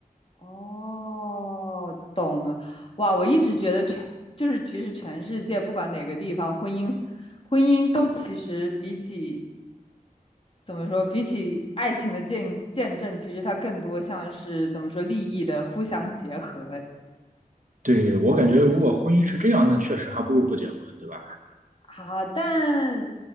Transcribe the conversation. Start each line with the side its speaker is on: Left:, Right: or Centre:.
Left: 哦，懂了。哇，我一直觉得全就是其实全世界不管哪个地方，婚姻婚姻都其实比起怎么说，比起爱情的见见证，其实它更多像是怎么说利益的互相结合。
Right: 对，我感觉如果婚姻是这样，那确实还不如不结婚，对吧？
Left: 啊，但